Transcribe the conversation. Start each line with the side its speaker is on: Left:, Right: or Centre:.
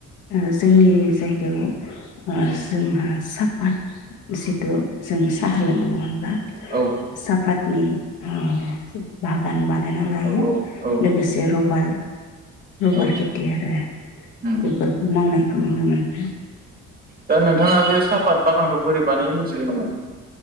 Left: ओ जोंनि जायगायाव ओ
Right: औ
Left: जोंहा साफात जिथु जों साहा लोंङो
Right: औ
Left: साफातनि अ बागान बानायना लायो
Right: औ औ
Left: लोगोसे रबार
Right: औ
Left: रबार खेथि आरो
Right: उम
Left: बेफोरखौ मावनायखौ नुनो मोनो।
Right: दा नोंथाङा बे साफात बागानखौ बोरै बानायो मोन्थिगोन‌ नामा नों?